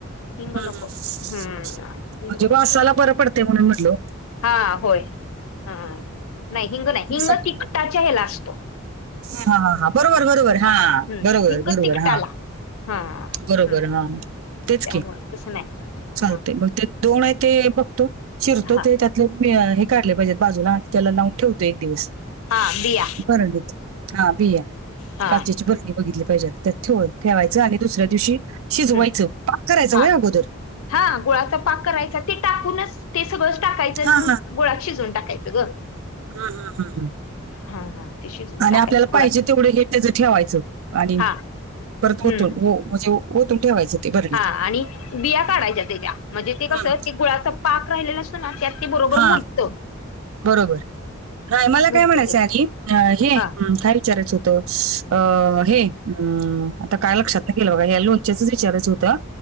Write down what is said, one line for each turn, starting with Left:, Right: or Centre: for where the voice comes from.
Left: हिंग
Right: हम्म
Left: नको
Right: हम्म हम्म
Left: हम्म हिंग
Right: म्हणजे
Left: नको
Right: वासाला बरं पडतंय म्हणून म्हणल ओ.
Left: हा होय हम्म नाही हिंग नाही हिंग
Right: साठी
Left: तिखटाच्या ह्याला अस
Right: हा हा हा बरोबर बरोबर हा
Left: हम्म
Right: बरोबर
Left: हिंग
Right: बरोबर
Left: तिकटाला
Right: हा
Left: हा
Right: बरोबर
Left: हम्म
Right: हा तेच
Left: त्यामुळ
Right: की
Left: तसं नाही
Right: चालतय मग ते दोन आहे ते बघतो शिरतो
Left: हा
Right: ते त्यातले. मी हे काढले पाहिजेत बाजूला आणि त्याला लावून ठेवतो एक दिवस.
Left: हा बिया
Right: बरणीत हा बीया
Left: हा
Right: काचेची बरणी. बघितली पाहिजे आता त्यात ठेवल ठेवायचं आणि दुसऱ्या दिवशी शिजवायचं
Left: हम्म
Right: पाक करायचं
Left: हा
Right: वय अगोदर?
Left: हा गोळाचा पाक करायचा ते टाकूनच ते सगळंच टाकायचं.
Right: हा
Left: गुळात शिजून टाकायचं ग
Right: हम हम हम हम्म
Left: हा, हा... ते शिजवून
Right: आणि
Left: टाकायचं
Right: आपल्याला पाहिजे
Left: गुळात
Right: तेवढं हे त्याचं ठेवायचं, आणि
Left: हा
Right: परत होत,
Left: हम्म
Right: हो. म्हणजे ओ ओतुन ठेवायचं. ते भरलीत
Left: हा आणि बिया काढायच्या त्याच्या, म्हणजे ते कसं
Right: हम्म.
Left: ते गुळाचा पाक राहिलेला असतो ना त्यात बरोबर
Right: हा
Left: मुरंत.
Right: बरोबर, मला
Left: मुरत
Right: काय म्हणायचं
Left: ते
Right: आधी अं हे
Left: हा
Right: काही विचारायचं होत अ हे अ आता काय लक्षात नाही गेलं बघा या लोच्याचच विचारच होतं.